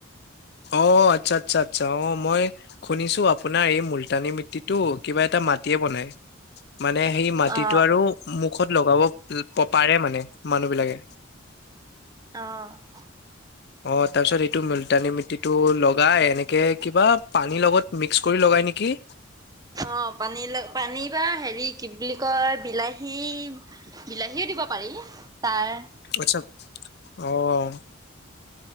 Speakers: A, on the left (about 50°); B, on the right (about 20°).
A: অ, আচ্ছা আচ্ছা আচ্ছা, অ মই। শুনিছো, আপোনাৰ এই মুলতানি মিট্টিটো কিবা এটা মাটিয়ে বনাই। মানে, সেই মাটিটো
B: অ
A: আৰু মুখত লগাব পাৰে মানে, মানুহ বিলাকে।
B: অঁ।
A: অ তাৰ পিছত, এইটো মূলটানি মিটিটো লগাই এনেকে কিবা, পানীৰ লগত মিক্স কৰি লগাই নেকি?
B: অ পানী পানী বা হেৰি কি বুলি কয়, বিলাহী বিলাহীও দিব পাৰি, তাৰ
A: আচ্ছা অঁ।